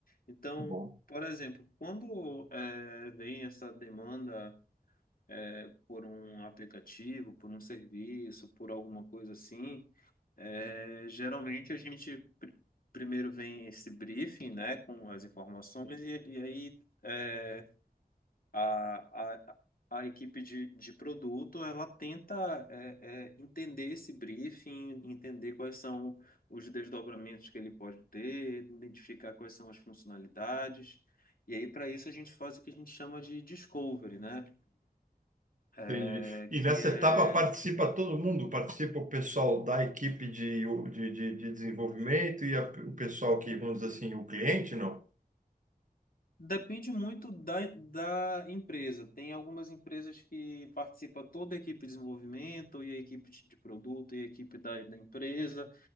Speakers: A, on the left; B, on the right.
A: Então,
B: Tá bom.
A: por exemplo, quando eh, vem essa demanda eh, por um aplicativo, por um serviço, por alguma coisa assim, eh, geralmente a gente pr- primeiro vem esse briefing, né, com as informações e, e aí eh, a, a, a equipe de, de produto, ela tenta é, é, entender esse briefing, entender quais são os desdobramentos que ele pode ter, identificar quais são as funcionalidades. E aí, para isso, a gente faz o que a gente chama de discovery, né? É,
B: Entendi. E
A: que
B: nessa
A: é...
B: etapa participa todo mundo? Participa o pessoal da equipe de, de, de, de desenvolvimento e a- o pessoal que, vamos dizer assim, o cliente, não?
A: Depende muito da, da empresa. Tem algumas empresas que participa toda a equipe de desenvolvimento, e a equipe de de produto, e a equipe da, da empresa.